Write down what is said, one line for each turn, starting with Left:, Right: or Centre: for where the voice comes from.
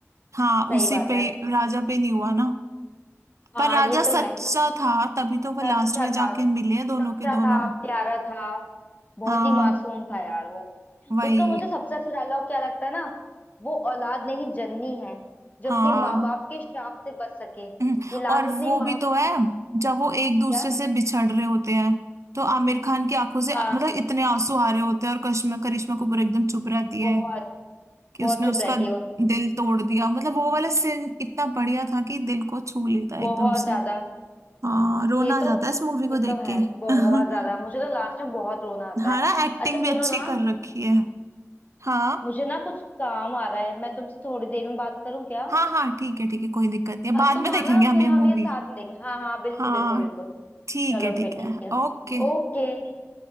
Right: हाँ
Left: सही
Right: उसी
Left: बात
Right: पे
Left: है
Right: राजा पे नहीं हुआ ना
Left: हाँ
Right: पर राजा
Left: ये
Right: सच्चा
Left: तो है
Right: था तभी तो वो लास्ट
Left: सच्चा
Right: में जाके
Left: था
Right: मिले हैं दोनों
Left: सच्चा
Right: के दोनों
Left: था प्यारा था बहुत
Right: हाँ
Left: ही मासूम था यार वो
Right: वही
Left: उसका मुझे सबसे अच्छा डायलॉग क्या लगता है ना वो औलाद नहीं जन्नी है जो
Right: हाँ
Left: अपने माँ बाप के श्राप से बच सके
Right: <clears throat>
Left: ये
Right: हम्म,
Left: लास्ट
Right: और
Left: अपनी
Right: वो
Left: माँ
Right: भी तो
Left: को
Right: है जब वो एक दूसरे
Left: क्या
Right: से बिछड़ रहे होते हैं तो आमिर खान की आंखों से
Left: हाँ
Right: मतलब इतने आंसू आ रहे होते हैं और करिश्मा करिश्मा कपूर एकदम चुप रहती है
Left: बहुत
Right: कि
Left: बहुत
Right: उसने
Left: चुप
Right: उसका
Left: रहती हो
Right: दिल तोड़ दिया मतलब वो वाला सीन इतना बढ़िया था कि दिल को छू लेता है
Left: बहुत
Right: एकदम से
Left: ज्यादा
Right: हाँ रोना
Left: ये
Right: आ
Left: तो
Right: जाता है इस मूवी को
Left: ये
Right: देख
Left: तो है
Right: के
Left: बहुत
Right: <laughs>
Left: ज्यादा मुझे तो लास्ट में बहुत रोना आता
Right: हाँ
Left: है
Right: ना एक्टिंग
Left: अच्छा सुनो
Right: भी अच्छी
Left: ना
Right: कर रखी है हाँ
Left: मुझे ना कुछ काम आ रहा है मैं तुमसे थोड़ी देर में बात करूं क्या
Right: हाँ हाँ ठीक है ठीक है कोई दिक्कत नहीं है
Left: हाँ,
Right: बाद
Left: तुम
Right: में
Left: आना
Right: देखेंगे हम
Left: फिर
Right: ये
Left: हम
Right: मूवी
Left: ये साथ में देखें हाँ हाँ बिल्कुल
Right: हाँ
Left: बिल्कुल बिल्कुल
Right: ठीक
Left: चलो
Right: है ठीक
Left: फिर
Right: है
Left: ठीक है
Right: ओके
Left: ओके